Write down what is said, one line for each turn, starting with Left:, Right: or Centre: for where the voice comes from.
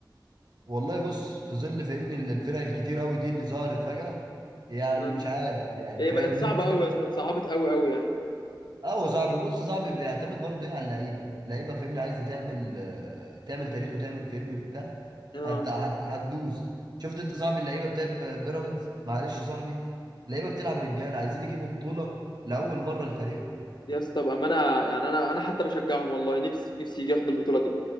Right: والله بص في ظل فهمني ال- الفرق الكتير قوي دي اللي ظهرت فجأة يعني
Left: آه.
Right: مش عارف يعني
Left: هي
Right: فاهم
Left: بقت صعبه
Right: <laughs> انت
Left: قوي يا اسطى اتصعبت قوي قوي يعني
Right: اه صاحبي بص صاحبي بيعتمد برضه ايه على اللعيبه اللعيبه فهمني عايزه تعمل آه، تعمل تاريخ وتعمل فهمني وبتاع
Left: اه
Right: هت... هت... هتدوس شفت انت صاحبي اللعيبه بتاعت ب- بيراميدز معلش يا صاحبي اللعيبه بتلعب رجاله عايزين يجيبوا بطوله لاول مره لفريقهم
Left: يا اسطى بامانه يعني انا انا حتى بشجعهم والله نفسي نفسي يجي ياخد البطوله دي